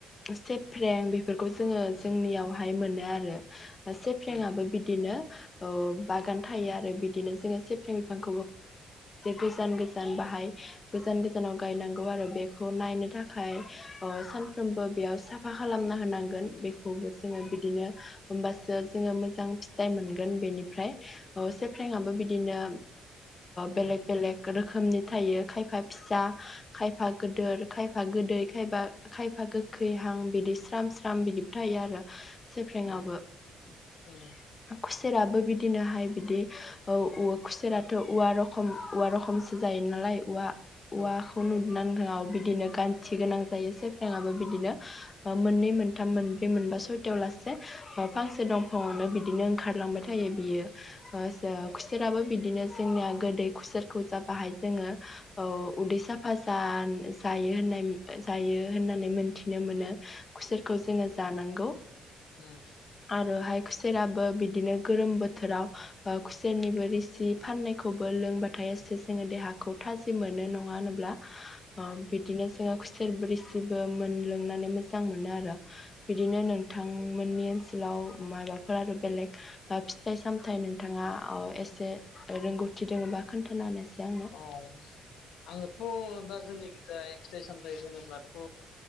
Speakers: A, on the left; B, on the left.
A: सेप्रें बे फोरखौ जोंङो
B: उम
A: जोंनियावहाय मोनो आरो सेफ्रेें
B: उम
A: आबो बिदिनो ओ बागान थायो आरो बिदिनो <unintelligible> <unintelligible> <unintelligible> गोजान गोजान बाहाय गोजान गोजानाव गायनांगौ आरो बे खौ नायनो थाखाय ओ सानफ्रोमबो बेयाव साफा खालामनानै होनांगोन बेखौ बेखौबो जोंङो बिदिनो होमबास जो मोजां फथ जाय मोनगोन बेनिफ्राय से फ्रेंआबो बिदिनो
B: नंगौ
A: बेलेग बेलेग रोखोमनि थायो खायफा फिसा खायफा गदिर खायफा गोदै खायफा खायफा खै हां बिदि स्राम स्राम बिदिबो थायो आरो सेफ्रेंआबो
B: उम उम
A: खुसेराबो बिदिनोहाय बि बिदि औ औ खुसेराथ‌ औवा रख औवा रखमसो जायो नालाय औवा उवा
B: औ
A: खौ उना <unintelligible> बिदिनो गान्थि गोनां जायो सेफ्रेंबो बिदिनो मोननै मोनथाम मोन मोनबा सयथायाव लासे फांसे दंफाङावनो बिदि बिदिनो ओंखारलांबाय थायो बियो ओ सा खुसेराबो बिदिनो जोंनिया गोदै खुसारखौ जाबाहाय जोङो अ उदैसा फासान जायो होननाय जायो होननानै मोनथिनो मोनो खुसेरखौ जोङो जानांगौ।
B: उम
A: आरोहाय खुसेराबो बिदिनो गोरोम बोथोराव ओ कुसेरनिबो रोसि फाननायखौबो लोंबाथाय जोङो देहाखौ थाजिम <unintelligible> मोनो नङा होनोब्ला ओ बिदिनो जोङो <unintelligible> रोसिबो मोनलोंनानै मोजां मोनो आरो। बिदिनो नोंथां मोननि <unintelligible> ओनसोलाव माबाफोर आरो बेलेग फिथाइ- सामथाइ ओ नोंथाङा ओ एसे रोंगौथि दङबा खोन्था होनायसाय। आंनो
B: औ आङोथ' दा जोंनि जाय फिथाइ -सामथाइ होनोब्लाथ'